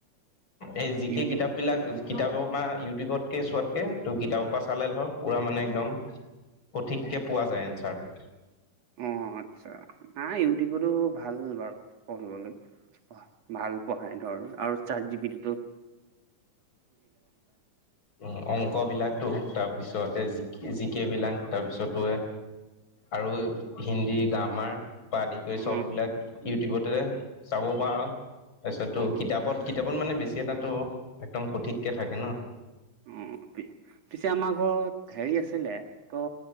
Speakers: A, on the left (about 40°); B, on the right (about 60°).
A: এই জিকে
B: ইউটিউব
A: কিতাপ বিলাক- কিতাপৰ পৰা ইউটিউবতকে চোৱাতকে ত কিতাপৰ পৰা চালে ধৰ পুৰা মানে একদম- সঠিককে পোৱা যায় এনচাৰটো।
B: অ আচ্ছা নাই ইউটিউবতো ভাল বাৰু পঢ়িবলৈ ভাল। পঢ়াই ধৰ আৰু চাৰ্জ জি বি টিতো
A: উ অংক বিলাকটো তাৰ তাৰ পিছতে জিকি জিকে বিলাক তাৰপিছতো আৰু হিন্দী গ্ৰামাৰ আদি কৰি
B: অ
A: চব বিলাক ইউটিউবতে চাব পাৰো তাৰপিছত
B: অ
A: কিতাপত কিতাপ অকণ মানে বেছি এটাতো একদম সঠিককে থাকে ন
B: অ পিছে আমাৰ ঘৰত হেৰি আছে- ছিলে ত'